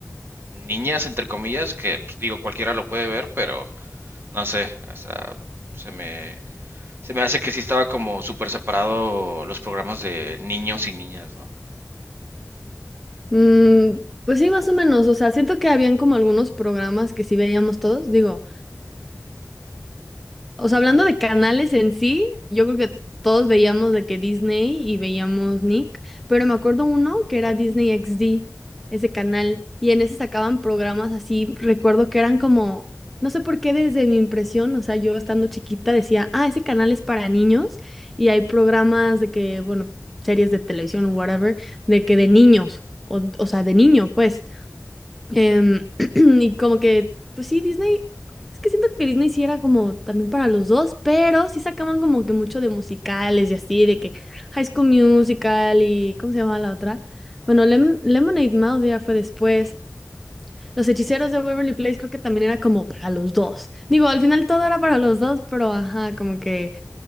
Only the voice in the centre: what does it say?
Mm, pues sí, más o menos. O sea, siento que habían como algunos programas que sí veíamos todos. Digo, O sea, hablando de canales en sí, yo creo que todos veíamos de que Disney y veíamos Nick, pero me acuerdo uno que era Disney XD, ese canal, y en ese sacaban programas así, recuerdo que eran como, no sé por qué desde mi impresión, o sea, yo estando chiquita decía, ah, ese canal es para niños, y hay programas de que, bueno, series de televisión o whatever, de que de niños, o, o sea, de niño, pues. Em, <clears throat> y como que, pues sí, Disney, es que siento que Disney sí era como también para los dos, pero sí sacaban como que mucho de musicales y así, de que High School Musical y, ¿cómo se llamaba la otra? Bueno, Lem- Lemonade Mouth ya fue después. Los Hechiceros de Waverly Place creo que también era como para los dos. Digo, al final todo era para los dos, pero ajá, como que